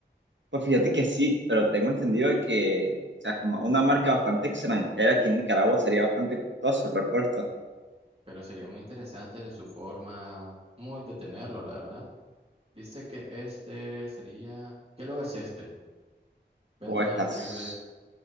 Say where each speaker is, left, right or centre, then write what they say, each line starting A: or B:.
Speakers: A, on the right (about 75°); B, on the right (about 30°).
A: Pues fíjate que sí, pero tengo entendido de que, o sea, como una marca bastante extranjera aquí en Nicaragua sería bastante costoso el repuesto.
B: Pero sería muy interesante de su forma, muy de tenerlo, la verdad. Dice que este sería. ¿Qué logo es este? Bentley
A: O estas.
B: Cheerless